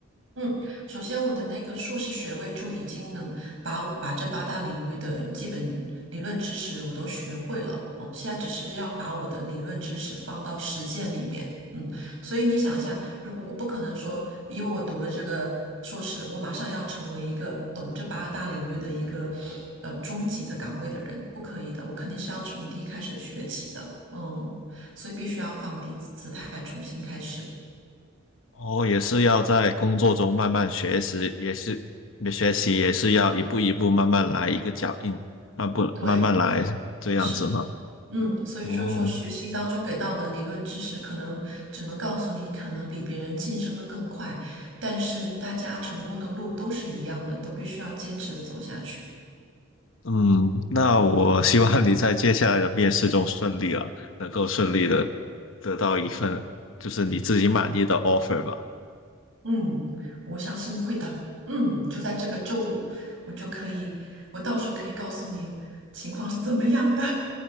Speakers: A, on the right; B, on the left.
A: 嗯，首先我的那个硕士学位就已经能把我把这八大领域的基本理论知识我都学会了，哦，现在只是要把我的理论知识放到实践里面，嗯，所以你想一下，如果我不可能说，因为我读了这个硕士，我马上要成为一个懂这八大领域的一个呃中级的岗位的人，不可以的，我肯定是要从低开始学起的，嗯，所以必须要放低姿态，重新开始，
B: 哦，也是要在工作中慢慢学习，也是学习，也是要一步一步慢慢来，一个脚印，慢步慢慢来这样子嘛？
A: 对，是。嗯，所以就是说，
B: 哦，
A: 学习当中给到你的理论知识，可能只能告诉你，可能比别人晋升的更快，但是大家成功的路都是一样的，都必须要坚持的走下去。
B: 嗯，那我希望你在接下来的面试中顺利了，能够顺利的得到一份就是你自己满意的 offer 吧。
A: 嗯，我相信会的。嗯，就在这个周五，我就可以，我到时候可以告诉你情况是怎么样的。